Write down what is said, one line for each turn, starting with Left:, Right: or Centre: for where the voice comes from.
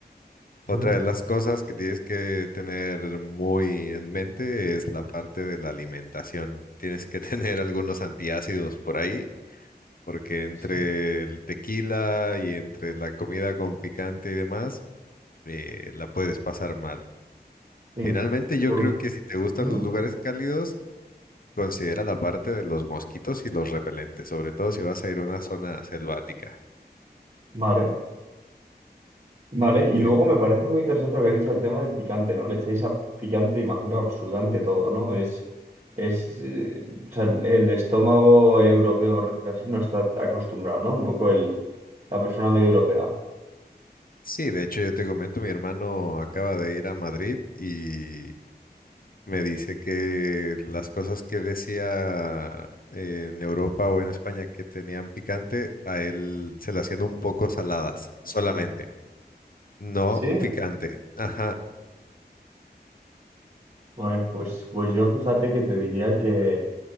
Left: Otra
Right: Ujú.
Left: de las cosas que tienes que tener muy en mente es la parte de la alimentación. Tienes que <laughs> tener algunos antiácidos por ahí porque entre
Right: sí.
Left: el tequila y entre la comida con picante y demás, eh, la puedes pasar mal.
Right: Sí.
Left: Finalmente, yo
Right: Por-
Left: creo que si te gustan
Right: ujú.
Left: los lugares cálidos, considera la parte de los mosquitos y los repelentes, sobre todo si vas a ir a una zona selvática.
Right: Vale, vale. Y
Left: Que-
Right: luego me parece muy interesante lo que has dicho el tema del picante, ¿no? Le echáis a picante, imagino, absolutamente todo, ¿no? Es, es, eh, o sea, el el estómago europeo, por decirlo así, no está acostumbrado, ¿no? Un poco el, la persona medio europea.
Left: Sí, de hecho, yo te comento, mi hermano acaba de ir a Madrid y me dice que las cosas que decía eh, en Europa o en España que tenían picante, a él se le hacían un poco saladas solamente. No
Right: ¿Sí?
Left: picante. Ajá.
Right: Bueno, pues, pues yo fíjate que te diría que,